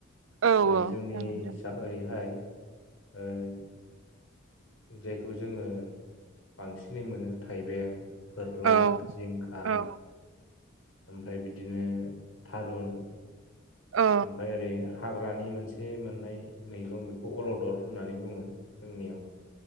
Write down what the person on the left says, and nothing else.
ओ
जोंनि
सा ओरैहाय ओं जायखौ जोङो बांसिनै मोनो थाइबें फोरला
जिंखा
ओमफाय बिदिनो थारुन
ओमफाय ओरै हाग्रानि मोनसे मोननाय मैगं बेखौ अलदर होननानै बुङो जोंनियाव।